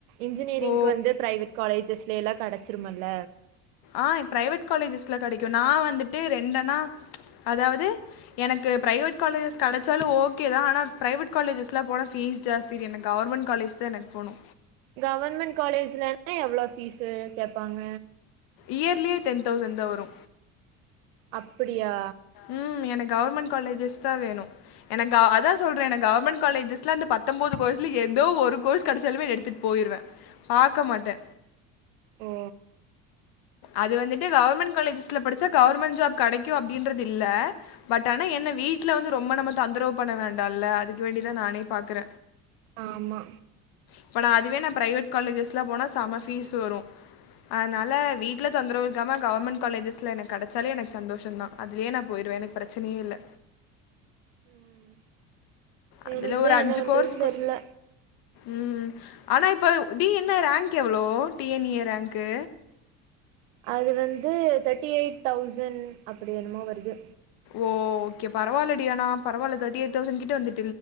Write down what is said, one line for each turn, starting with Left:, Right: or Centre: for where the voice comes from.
Right: இன்ஜினியரிங்க்கு
Left: ஓ
Right: வந்து பிரைவேட் காலேஜஸ்லயெல்லா கடைச்சிருமல்ல
Left: ஆ ப்ரைவேட் காலேஜஸ்ல கடைக்கு நா வந்துட்டு ரெண்டனா அதாவது எனக்கு பிரைவேட் காலேஜஸ் கடைச்சாலு ஓகேதா ஆனா பிரைவேட் காலேஜஸ்லா போனா ஃபீஸ் ஜாஸ் தி எனக்கு கவர்மெண்ட் காலேஜ் தாஎனக்கு போணு
Right: கவர்மெண்ட் காலேஜ்லனா எவ்வளோ ஃபீஸு கேப்பாங்க
Left: இயர்லியே டென் தௌசண்ட் தா வரு
Right: அப்பிடியா
Left: ம் எனக் கவர்மெண்ட் காலேஜஸ்தா வேணு எனக்கா அதா சொல்ற எனக்கவர்மெண்ட் காலேஜஸ்ல அந்த பத்தன்போது கோர்ஸ்ல எதோ ஒரு கோர்ஸ் கெடைச்சாலுமே எடுத்துட் போயிர்வ பாக்க மாட்ட
Right: ஓ
Left: அது வந்துட்டு கவர்மெண்ட் காலேஜஸ்ல படிச்சா கவர்மெண்ட் ஜாப் கடைக்கு அப்டின்றதில்ல பட் ஆனா என்ன வீட்ல வந்து ரொம்ப நம்ம தொந்தரவு பண்ண வேண்டான்ல்ல அதுக்கு வேண்டிதா நானே பாக்குற
Right: ஆமா
Left: இப்ப நா அதுவே நா பிரைவேட் காலேஜஸ்லா போனா செம ஃபீஸ் வரு அதனால வீட்ல தொந்தரவுயிருக்காம கவர்மெண்ட் காலேஜஸ்ல எனக்கு கெடச்சாலே எனக்கு சந்தோஷந் தா அது லயே நா போயிருவ எனக் ப்ரச்சனையே இல்ல
Right: ம்
Left: அதுல
Right: எனக்கு தா
Left: ஒரு அஞ்சு
Right: என்ன பண்றதுன்னு
Left: கோர்ஸ்க
Right: தெர்ல
Left: கோ ம் அனா இப்ப டி என்ன ரேங்க் எவ்ளோ டி என் யி ஏ ரேங்க்கு
Right: அது வந்து தேர்ட்டி எயிட் தௌசண்ட் அப்படி என்னமோ வருது
Left: ஓ ஓகே பரவால்லடி அன பரவால்ல தேர்டி எயிட் தௌசண்கிட்ட வந்து